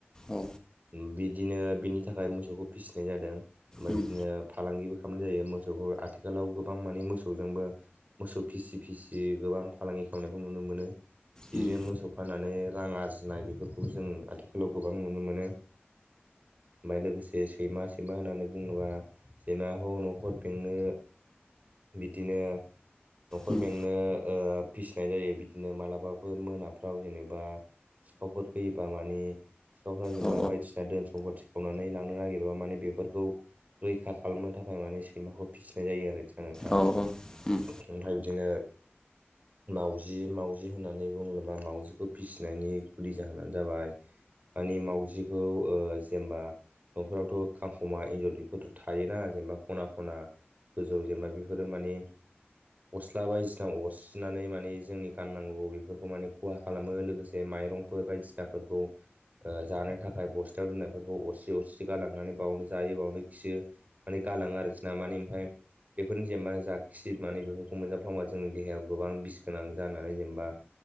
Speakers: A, on the left; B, on the right.
A: औ
B: उम बिदिनो बिनि थाखाय मोसौखौ पिसिनाय जादों। ओमफाय
A: उम
B: बिदिनो फालांगिबो खामनाय जायो मोसौखौ आथिखालाव गोबां माने मोसौजोंबो मोसौ फिसि फिसि गोबां फालांगि खालामनायखौ नुनो मोनो। बिदिनो
A: उम
B: मोसौ फाननानै रां आरजिनाय बेफोरखौबो जों आथिखालाव गोबां नुनो मोनो। ओमफाय लोगोसे सैमा सैमा होननानै बुङोबा सैमा ख न'खर बेंनो बिदिनो न'खर
A: उम
B: बेंनो ओ फिसिनाय जायो बिदिनो मालाबा फोर मोनाफ्राव जेनेबा सिखावफोर फैयोबा माने सिखावफोर जेनेबा
A: औ
B: बायदिसिना धोन सम्पि खावनानै लांनो नागिरबा माने बेफोरखौ रैखा खालामनो थाखाय माने सैमाखौ फिसिनाय जायो आरोखि। नोंथां ओमफ्राय
A: औ उम औ औ उम
B: बिदिनो मावजि मावजि होननानै होननानै बुङोबा मावाजिखौ फिसिनायनि गुदि जाहोनानो जाबाय मानि मावजिखौ ओ जेनेबा न'फोरावथ' खांख'मा एन्जर बेफोरथ' थायोना जेनेबा खना खना गोजौ जेनेबा बेफोरो माने अस्ला बायदिसिना अरसिनानै माने जोंनि गाननांगौ बेफो फोरखौ माने खहा खालामो लोगोसे माइरंफोर बायदिसिनाफोरखौ जानो थाखाय बस्थायाव दोननायफोरखौ अरसि अरसि गालांनानै बावनो जायो बावनो खियो। माने गालाङो आरोखि ना माने ओमफाय बेफोरनि जेनेबा जा खि माने बेफोरखौ मोनजाफ्लांबा जोंनि देहायाव गोबां बिस गोनां जानानै जेनेबा